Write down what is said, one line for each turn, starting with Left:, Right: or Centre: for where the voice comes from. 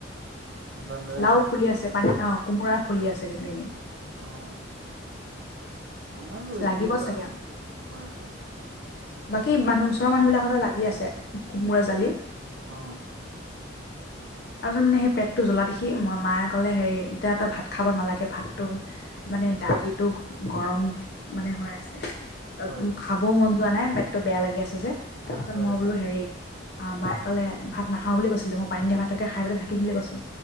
Right: বান্দৰে
Left: লাও
Right: খাই
Left: ফুলি
Right: চেচ
Left: আছে
Right: কৰে
Left: পানী লাও, কোমোৰা ফুলি আছে কিন্তু এনে
Right: অ আমাৰো
Left: লাগিব
Right: একেই
Left: চাগে
Right: বাৰু হয়
Left: আৰু
Right: হয়।
Left: বাকী মানুহ ওচৰৰ মানুহবিলাকতে লাগি আছে কোমোৰা জালি
Right: অ
Left: আৰু যে মানে সেই পেটটো জ্বলা দেখি মই মায়ে ক'লে হেৰি এতিয়া তই ভাত খাব নালাগে ভাতটো মানে দালিটো গৰম মানে হৈ আছে অব
Right: হয়
Left: উম খাবও মন যোৱা নাই পেটটো বেয়া লাগি আছে যে তাৰপিছত
Right: হয়
Left: মই বোলো
Right: হয়
Left: হেৰি অ মায়ে ক'লে ভাত নাখাও বুলি কৈছিলো মই পানী দিয়া ভাতকে খাই পেলাই থাকিম বুলি কৈছো